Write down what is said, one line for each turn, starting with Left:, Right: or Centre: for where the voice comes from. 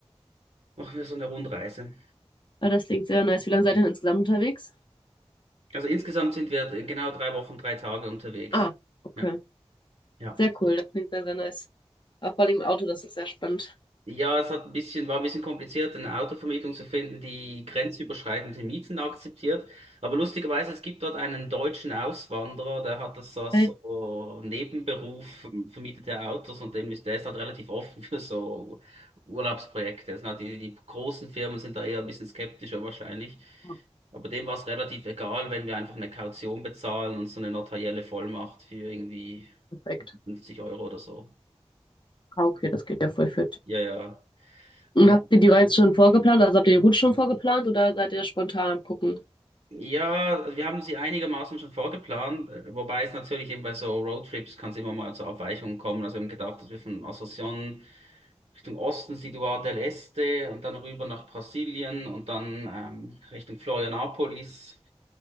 Right: machen wir so eine Rundreise.
Left: Ah, das klingt sehr nice. Wie lange seid ihr denn insgesamt unterwegs?
Right: Also insgesamt sind wir genau drei Wochen, drei Tage unterwegs.
Left: Ah, okay.
Right: Ja, ja.
Left: Sehr cool. Das klingt sehr, sehr nice. Auch vor allem im Auto, das ist sehr spannend.
Right: Ja, es hat ein bisschen, war ein bisschen kompliziert, eine Autovermietung zu finden, die grenzüberschreitende Mieten akzeptiert. Aber lustigerweise, es gibt dort einen deutschen Auswanderer, der hat das als
Left: Echt?
Right: so Nebenberuf, vermietet er Autos und dem ist, der ist halt relativ offen für so Urlaubsprojekte. Also sind halt die, die großen Firmen sind da eher ein bisschen skeptischer wahrscheinlich.
Left: Oh,
Right: Aber dem war es relativ egal, wenn wir einfach eine Kaution bezahlen und so eine notarielle Vollmacht für irgendwie
Left: perfekt.
Right: 50 Euro oder so.
Left: Ah, okay, das geht ja voll fit.
Right: Ja, ja. Und
Left: Und habt ihr die Reise schon vorgeplant? Also habt ihr die Route schon vorgeplant oder seid ihr spontan am Gucken?
Right: Ja, wir haben sie einigermaßen schon vorgeplant, äh, wobei es natürlich eben bei so Roadtrips kann es immer mal zu Abweichungen kommen. Also wir haben gedacht, dass wir von Asunción Richtung Osten, Ciudad del Este und dann rüber nach Brasilien und dann ähm, Richtung Florianópolis